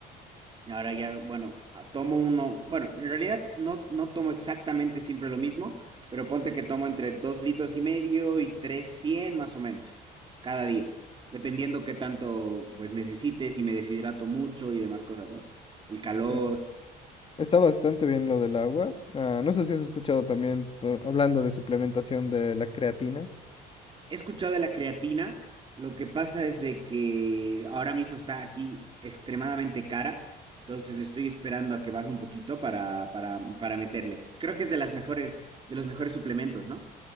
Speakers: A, on the right (about 30°); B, on the left (about 35°).
A: Ahora ya, bueno, a- tomo uno, bueno, en realidad no, no tomo exactamente siempre lo mismo, pero ponte que tomo entre dos litros y medio y trescientos más o menos cada día, dependiendo qué tanto pues necesites, si me deshidrato mucho y demás cosas, ¿no? El calor.
B: Sí. Está bastante bien lo del agua. Ah, no sé si has escuchado también eh, hablando de suplementación de la creatina.
A: He escuchado de la creatina, lo que pasa es de que ahora mismo está aquí extremadamente cara, entonces estoy esperando a que baje un poquito para, para, para meterle. Creo que es de las mejores, de los mejores suplementos, ¿no?